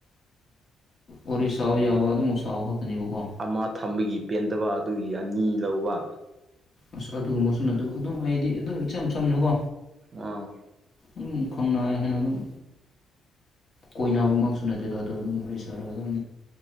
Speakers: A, on the left (about 45°); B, on the right (about 40°).
A: ꯋꯥꯔꯤ ꯆꯥꯎꯕ
B: ꯑꯣ
A: ꯌꯥꯕ ꯑꯗꯨꯝꯐ ꯆꯥꯎꯕ ꯈꯥꯛꯇꯅꯦꯕꯀꯣ
B: ꯑꯃ ꯊꯝꯕꯒꯤ ꯄꯦꯟꯗꯕ ꯑꯗꯨꯒꯤ ꯑꯅꯤ ꯂꯧꯕ
A: ꯑꯁ ꯑꯗꯨꯒꯨꯝꯕꯁꯨ ꯅꯠꯇꯕ ꯑꯗꯨꯝ ꯑꯩꯗꯤ ꯑꯗꯨꯝ ꯏꯆꯝ ꯆꯝꯅꯨꯀꯣ
B: ꯑꯥ
A: ꯑꯗꯨꯝ ꯈꯣꯡꯅꯥꯏ ꯍꯥꯏꯅ ꯑꯗꯨꯝ ꯀꯣꯏꯅꯕꯃꯛꯁꯨ ꯅꯠꯇꯦꯗꯣ ꯑꯗꯣ ꯑꯗꯨꯝ ꯋꯥꯔꯤ ꯁꯥꯔꯒ ꯑꯗꯨꯝ